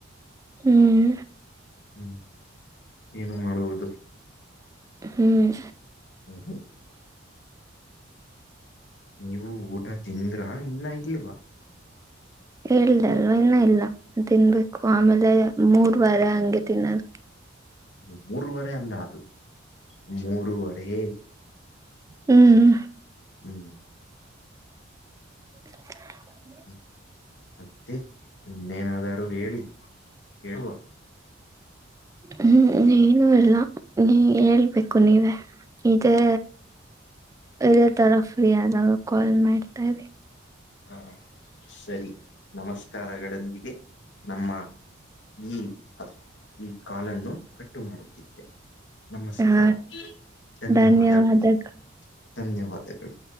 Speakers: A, on the right (about 15°); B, on the left (about 60°).
A: ಹ್ಮ್
B: ಹ್ಮ್ ಏನು ಮಾಡುವುದು
A: ಹ್ಮ್
B: ಹ್ಮ ಹಾ ನೀವು ಊಟ ತಿಂದ್ರ ಇನ್ನ ಇಲ್ವಾ
A: ಹೇಳ್ದ ಅಲ್ವ ಇನ್ನೂ ಇಲ್ಲ ತಿನ್ಬೇಕು ಆಮೇಲೆ ಮೂರ್ವಾರ ಹಂಗೆ ತಿನ್ನದ
B: ಅದು ಮೂರುವರೆ ಅಲ್ಲ ಅದು ಮೂರುವರೆ
A: ಹ್ಮ್
B: ಹ್ಮ್ ಹ್ಮ್
A: <inaudible>
B: ಹ್ಮ ಮತ್ತೆ ಇನ್ನೇನಾದಾರೂ ಹೇಳಿ ಕೇಳುವ
A: ಹ್ಮ್ ಏನು ಇಲ್ಲ ನೀ ಹೇಳ್ಬೇಕು ನೀವೇ ಇದೇ ಇದೇ ತರ ಫ್ರೀ ಆದಾಗ ಕಾಲ್ ಮಾಡ್ತಾ ಇದೆ
B: ಹಾ ಸರಿ ನಮಸ್ಕಾರಗಳೊಂದಿಗೆ ನಮ್ಮ ಈ ಅ ಈ ಕಾಲನ್ನು ಕಟ್ಟು ಮಾಡುತ್ತಿದ್ದೇವೆ ನಮಸ್ಕಾರ
A: ಹ
B: ಧನ್ಯವಾದಗಳು
A: ಧನ್ಯವಾದ
B: ಧನ್ಯವಾದಗಳು